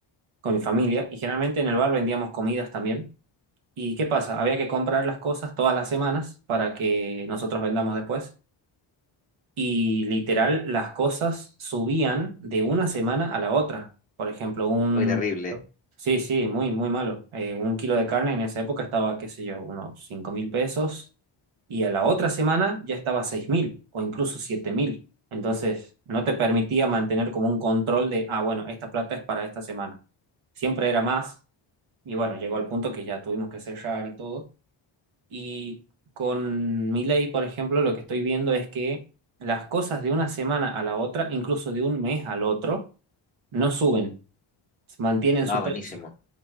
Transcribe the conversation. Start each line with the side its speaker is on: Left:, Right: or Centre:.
Right: con mi familia y generalmente en el bar vendíamos comidas también. ¿Y qué pasa? Había que comprar las cosas todas las semanas para que nosotros vendamos después. y literal las cosas subían de una semana a la otra. Por ejemplo, un...
Left: Ay, terrible.
Right: Sí, sí, muy, muy malo. Eh, un kilo de carne en esa época estaba, qué sé yo, unos cinco mil pesos y a la otra semana ya estaba a 6 mil o incluso siete mil. Entonces, no te permitía mantener como un control de, ah, bueno, esta plata es para esta semana. Siempre era más y bueno, llegó al punto que ya tuvimos que cerrar y todo. Y con Milei, por ejemplo, lo que estoy viendo es que las cosas de una semana a la otra, incluso de un mes al otro, no suben, mantienen su
Left: Ah, buenísimo.
Right: precio,